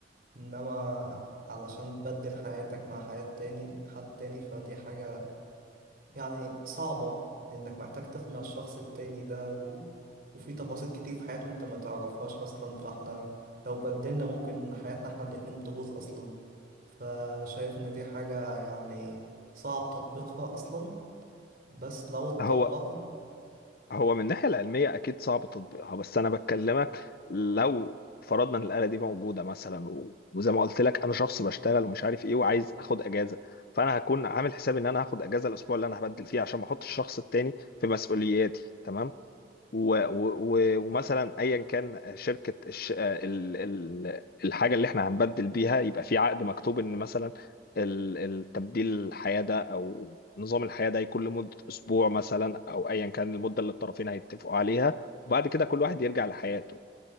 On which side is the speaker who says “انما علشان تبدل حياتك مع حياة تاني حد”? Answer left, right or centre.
Right